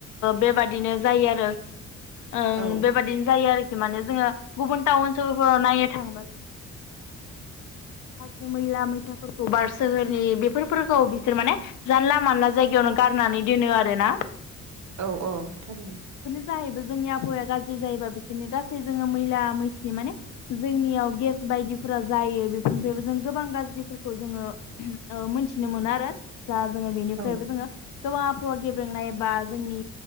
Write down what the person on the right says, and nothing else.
औ
औ औ थारैनो
औ